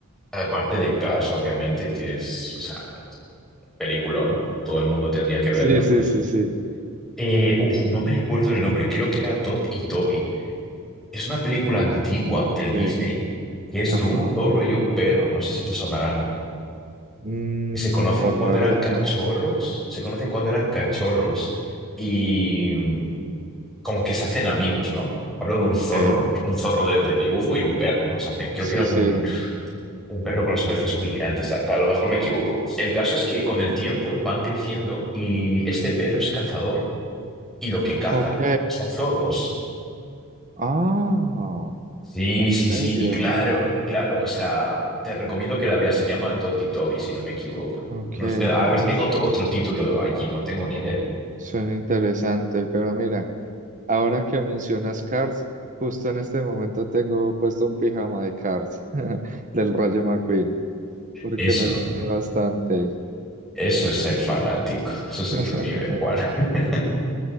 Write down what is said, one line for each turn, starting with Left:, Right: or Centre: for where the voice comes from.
Centre: aparte de Cars, obviamente, que es, o sea, peliculón, todo el mundo tendría que verlo.
Right: Sí, sí, sí, sí.
Centre: Eh, uf, no me recuerdo el nombre, creo que era Todd y Toby. Es una película antigua
Right: Ok.
Centre: del Disney que es
Right: Ajá.
Centre: de un zorro y un perro, no sé si te sonarán.
Right: Mm,
Centre: Que se conocen
Right: no,
Centre: cuando
Right: la verdad
Centre: eran cachorros,
Right: no.
Centre: se conocen cuando eran cachorros y mm, como que se hacen amigos, ¿no? Hablo de un
Right: Ok.
Centre: zorro, un zorro de, de dibujo y un perro, ¿no? Se hacen- creo
Right: Sí,
Centre: que era un,
Right: sí.
Centre: un perro con las orejas muy grandes, ta- ta- a lo mejor me equivoco. El caso es que con el tiempo van creciendo y este perro es cazador y lo que caza
Right: Ok.
Centre: son zorros.
Right: Ah,
Centre: Sí,
Right: ¿en
Centre: sí,
Right: serio?
Centre: sí, y claro, claro, o sea, te recomiendo que la veas, se llama Toti Toby, si no me equivoco.
Right: Ok.
Centre: No sé, a
Right: No,
Centre: veces tengo
Right: su-
Centre: otro, otro título allí, no tengo ni idea.
Right: Suena interesante, pero mira. Ahora que mencionas Cars, justo en este momento tengo puesto un pijama de Cars <laughs> del Rayo McQueen, porque
Centre: Eso,
Right: me gusta bastante.
Centre: eso es ser fanático, eso
Right: <laughs>
Centre: es otro nivel, Juan. <laughs>